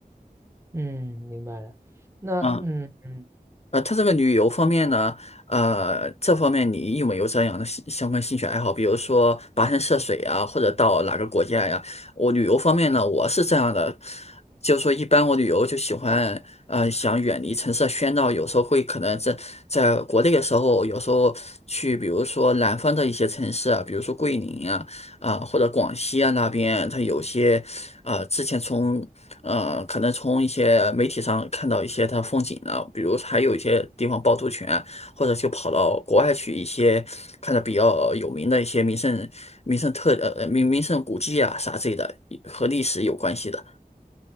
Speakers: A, on the right; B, on the left.
A: 嗯，明白了。那嗯嗯
B: 嗯。呃，它这个旅游方面呢，呃，这方面你有没有这样的兴相关兴趣爱好？比如说跋山涉水啊，
A: 嗯，
B: 或者到哪个国家呀？我旅游方面呢，我是这样的，就是说一般我旅游就喜欢，呃，想远离城市的喧闹，有时候会可能在在国内的时候，有时候去，比如说南方的一些城市啊，比如说桂林啊。啊，或者广西啊那边，它有些啊，之前从呃，可能从一些媒体上看到一些它风景啊，比如还有一些地方趵突泉，或者就跑到国外去一些看着比较有名的一些名胜名胜特呃名名胜古迹啊啥之类的，和历史有关系的。